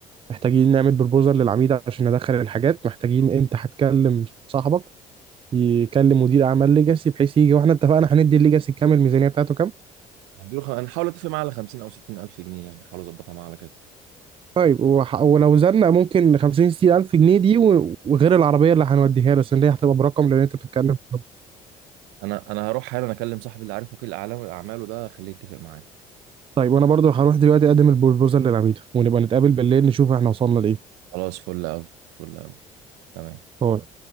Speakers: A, on the right (about 30°); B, on the right (about 70°).
A: محتاجين نعمل بروبوزال للعميد عشان ندخل الحاجات محتاجين انت هتكلم صاحبك يكلم مدير اعمال ليجاسي بحيث يجي واحنا اتفقنا هندي الليجاسي كام الميزانيه بتاعته كام
B: هنديله خ- هنحاول اتفق معاه على 50 او 60 الف جنيه يعني هحاول اظبطها معاه على كده
A: طيب وح- ولو زلنا ممكن 50 60 الف جنيه دي و- وغير العربيه اللي هنوديها له عشان دي هتبقى برقم لان انت بتتكلم في الرقم.
B: انا انا هروح حالا اكلم صاحبي اللي عارف وكيل اعلام اعماله ده خليه يتفق معايا
A: طيب وانا برضو هروح دلوقتي اقدم البروبوزال للعميد ونبقى نتقابل بالليل نشوف احنا وصلنا لايه
B: خلاص فل قوي فل قوي تمام
A: باي.